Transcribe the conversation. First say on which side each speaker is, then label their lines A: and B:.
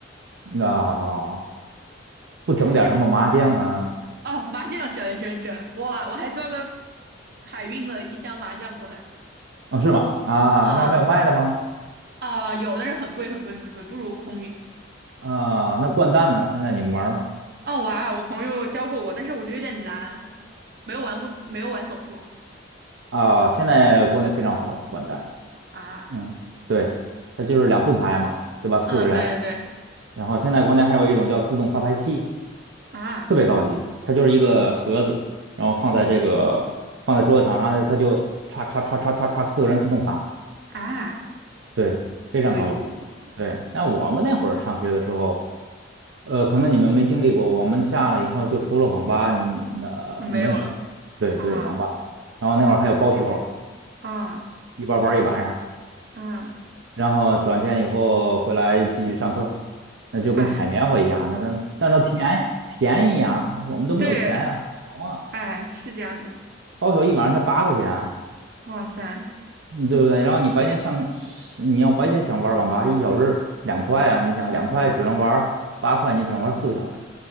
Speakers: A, on the right; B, on the right.
A: 那不整点什么麻将啊？
B: 哦，麻将整整整，哇，我还专门海运了一箱麻将过来
A: 啊，是吗？啊，
B: 啊。
A: 那儿没有卖的吗？
B: 啊、有，但是很贵很贵很贵，不如空运。
A: 啊，那掼蛋呢？现在你们玩吗？
B: 哦，玩，我朋友教过我，但是我觉得有点难，没有玩过，没有玩懂过
A: 啊，现在国内非常火，掼蛋。
B: 啊。
A: 嗯，对，它就是两副牌嘛，对吧？四个人。
B: 嗯，对对对，
A: 然后现在国内还有一种叫自动发牌器，
B: 啊，
A: 特别高级，它就是一个盒子，然后放在这个放在桌子上，
B: 很
A: 然后它就歘歘歘歘歘歘，四个人自动发，
B: 啊，
A: 对，非常高级。
B: 有意思，有意思
A: 对，但我们那会儿上学的时候，呃，可能你们没经历过，我们下来以后就除了网吧，嗯，呃，
B: 没有了
A: 没有什么。对对，
B: 啊，
A: 网吧。然后那会儿还有包宿，
B: 好吧，啊
A: 一包玩儿一晚上。
B: 啊，
A: 然后转天以后回来继续上课，那就跟采棉花一样，
B: 哎，
A: 那那那但是它便宜便宜啊，我们都没有钱啊，
B: 对，
A: 穷啊，
B: 哎，是这样的，
A: 包宿一晚上才八块钱啊，
B: 哇塞，
A: 嗯对不对？然后你白天上，是你要白天想玩网吧，一小时两块啊，你想两块只能玩八块，你只能玩四个小时，